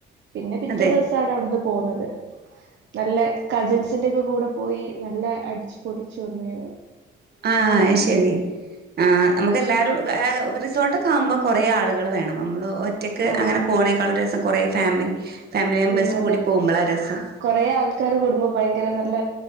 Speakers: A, on the right; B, on the right.
A: പിന്നെ പിറ്റേ
B: അതെ
A: ദിവ്സാണ് അവ്ടിന്ന് പോന്നത് നല്ലെ കസിൻസിൻ്റൊക്കെ കൂടെ പോയി നല്ല അടിച്ചു പൊടിച്ചു വന്നു ഞങ്ങള്
B: ആഹ് ശരി ആ.. നമുക്കെല്ലാരും ഏഹ് റിസോർട്ടക് ആമ്പോ കൊറേ ആള്കള് വേണം അമ്മള് ഒറ്റക്ക്
A: ആഹ്
B: അങ്ങനെ പോണേക്കാളും രസം കുറേ ഫാമിലി ഫാമിലി മെമ്പേഴ്സ്
A: ഉം.. അതെ
B: കൂടി പോകുമ്പോളാ രസം
A: കൊറേ ആൾക്കാര് കൂടുമ്പൊ ഭയ്ങ്കര, നല്ല